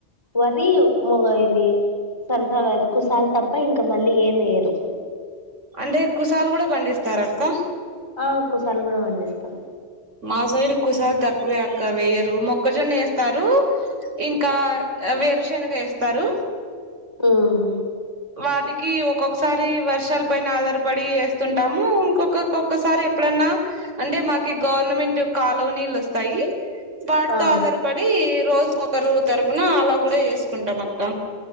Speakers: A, on the left (about 20°); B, on the right (about 80°).
A: వరి ముగ ఇది సన్ఫ్లవర్ కుసాల్ తప్ప ఇంకా మళ్ళీ ఏం ఎయ్యరు
B: అంటే కుసాలు కూడ పండిస్తార అక్క
A: ఆ కుసాల్ కూడా వండిస్తాం
B: మా సైడు కుసాల్ తక్కువే అక్క వేయరు మొక్కజొన్న ఏస్తారు ఇంకా వేరుశనగ ఏస్తారు
A: మ్
B: వాటికి ఒక్కొక్కసారి వర్షాల్ పైన ఆధారపడి వేస్తుంటాము ఇంకొక్కక్కొక్కసారి ఎప్పుడైనా అంటే మాకి గవర్నమెంట్ కాలోనీలు ఒస్తాయి వాటితో
A: ఆ
B: ఆధారపడి రోజుకొకరు తరపున అలా కూడా ఏసుకుంటాం అక్క